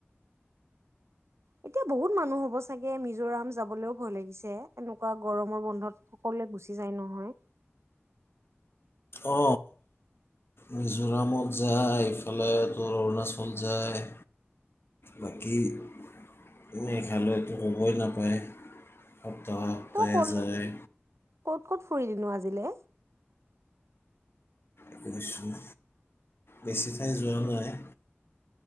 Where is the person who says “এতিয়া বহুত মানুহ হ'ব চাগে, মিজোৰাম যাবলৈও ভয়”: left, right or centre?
Right